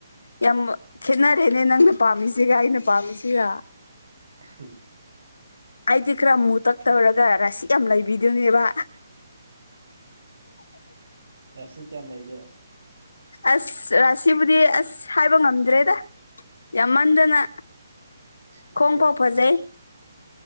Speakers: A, on the left (about 75°); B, on the right (about 75°).
A: ꯌꯥꯝ ꯈꯦꯠꯅꯔꯦꯅꯦ ꯅꯪꯅ ꯄꯥꯝꯃꯤꯁꯤꯒ ꯑꯩꯅ ꯄꯥꯝꯃꯤꯁꯤꯒ
B: ꯎꯝ
A: ꯑꯩꯗꯤ ꯈꯔ ꯃꯨ ꯇꯛ ꯇꯧꯔꯒ ꯔꯥꯁꯤ ꯌꯥꯝ ꯂꯩꯕꯤꯗꯨꯅꯦꯕ
B: ꯔꯁꯤ ꯀꯌꯥꯝ ꯂꯩꯒꯦ
A: ꯑꯁ ꯔꯥꯁꯤꯕꯨꯗꯤ ꯑꯁ ꯍꯥꯏꯕ ꯉꯝꯗ꯭ꯔꯦꯗ ꯌꯥꯝꯃꯟꯗꯅ
B: <unintelligible>
A: ꯈꯣꯡ ꯐꯥꯎ ꯐꯖꯩ